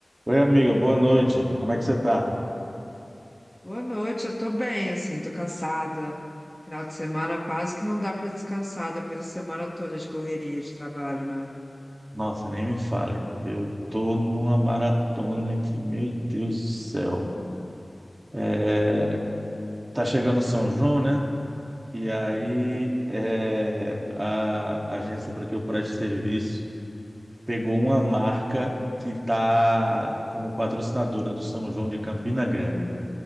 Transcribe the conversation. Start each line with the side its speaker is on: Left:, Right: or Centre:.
Right: Oi, amiga, boa noite. Como é que você tá?
Centre: Boa noite, eu tô bem, assim, tô cansada. Final de semana quase que não dá pra descansar depois da semana toda de correria de trabalho, né?
Right: Nossa, nem me fale. Eu tô numa maratona que, meu Deus do céu. É, tá chegando São João, né? E
Centre: Hum.
Right: aí é, a agência para que eu preste serviço pegou uma marca que tá como patrocinadora do São João de Campina Grande.